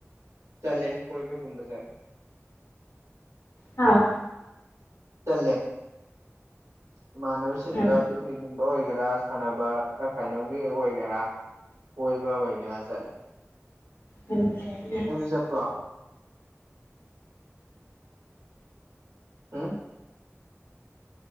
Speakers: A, on the right; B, on the left.
A: ꯆꯠꯂꯦ ꯀꯣꯏꯕꯒꯨꯝꯕ ꯆꯠꯂꯦ
B: ꯍꯥꯥ
A: ꯆꯠꯂꯦ ꯏꯃꯥꯟꯅꯕꯁꯤꯡꯒ
B: ꯌꯥꯝ
A: ꯄꯤꯛꯅꯤꯛꯒꯨꯝꯕ ꯑꯣꯏꯒꯦꯔꯥ ꯁꯥꯟꯅꯕ <unintelligible> ꯑꯣꯏꯒꯦꯔꯥ ꯀꯣꯏꯕꯥ ꯑꯣꯏꯒꯦꯔꯥ ꯆꯠꯂꯦ
B: ꯌꯥꯝ ꯐꯩꯅꯦ
A: ꯆꯠꯄꯔꯣ ꯍꯨꯝ